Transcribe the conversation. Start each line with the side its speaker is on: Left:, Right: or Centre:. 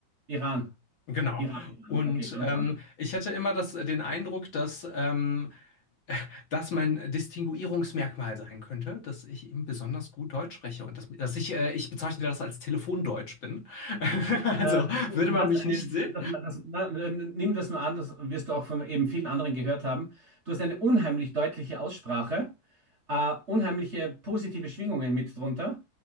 Right: Iran.
Left: Genau.
Right: Iran, Iran.
Left: Und
Right: Okay, ganz
Left: ähm,
Right: anders.
Left: ich hatte immer das, äh, den Eindruck, dass ähm, das mein Distinguierungsmerkmal sein könnte, dass ich eben besonders gut Deutsch spreche und dass, dass ich, äh, ich bezeichne das als Telefondeutsch bin. <laughs> Also
Right: Äh, du,
Left: würde
Right: du
Left: man
Right: hast
Left: mich
Right: eine,
Left: nicht sehen?
Right: das, das, na, äh, nimm das mal an, das wirst du auch von eben vielen anderen gehört haben. Du hast eine unheimlich deutliche Aussprache. äh, unheimliche positive Schwingungen mit drunter.